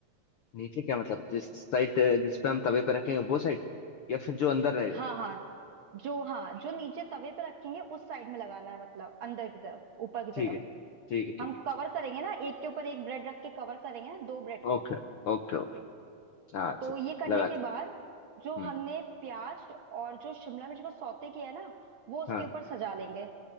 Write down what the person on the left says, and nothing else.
नीचे क्या मतलब जिस साइड जिस पे हम तवे पे रखेंगे वो साइड या फिर जो अंदर रहेगा
ठीक
है ठीक है ठीक
है
Okay okay okay हाँ
चल
लगा
था
हम्म
हाँ